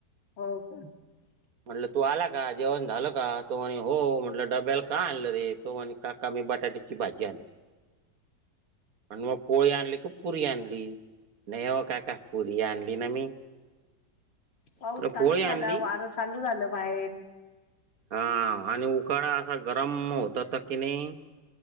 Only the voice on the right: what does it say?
म्हटलं तू आला का जेवण झालं का. तो म्हणे हो म्हटलं. डब्याला का आणलं रे? तो म्हणे. काका, मी बटाट्याची भाजी आणली. आणि मग पोळी आणली, की पुरी आणली? नाही हो काका पुरी आणली ना मी.
तर
पोळी
आणली
हा आणि उकाडा असा गरम होतात की नाही.